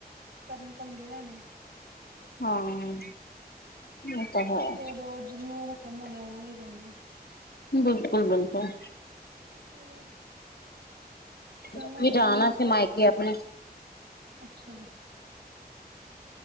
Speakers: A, on the right (about 70°); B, on the left (about 75°).
A: ਕਰਨ ਪੰਗੇ ਲੈਣੇ ਆ।
B: ਹਾਂ, ਉਹ ਤਾਂ ਹੈ
A: ਬਸ ਜੋ-ਜੋ ਜਿਹਨੂੰ। ਘੁਮ ਹੋਣਾ ਉਹਨੇ ਹੀ ਜਾਣਾ।
B: ਬਿਲਕੁਲ ਬਿਲਕੁਲ।
A: ਹੋਰ। ਜਾਵਾਂਗੇ
B: ਤੁਸੀ ਜਾਣਾ
A: ਰੀਸ
B: ਸੀ
A: ਤੇ
B: ਮਾਇਕੇ
A: ਹੈਗੀ ਏ
B: ਆਪਣੇ
A: ਅੱਛਾ ਜੀ।